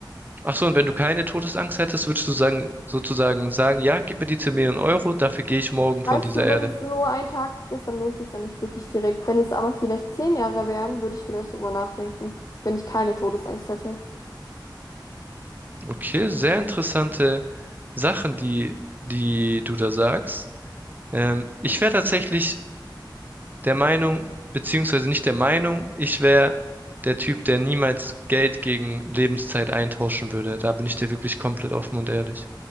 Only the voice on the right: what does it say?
Ach so, und wenn du keine Todesangst hättest, würdest du sagen, sozusagen sagen, ja, gib mir die 10 Millionen Euro, dafür gehe ich morgen von
dieser
Erde.
Okay, sehr interessante Sachen, die, die du da sagst. Ähm, ich wäre tatsächlich der Meinung, beziehungsweise nicht der Meinung, ich wäre der Typ, der niemals Geld gegen Lebenszeit eintauschen würde. Da bin ich dir wirklich komplett offen und ehrlich.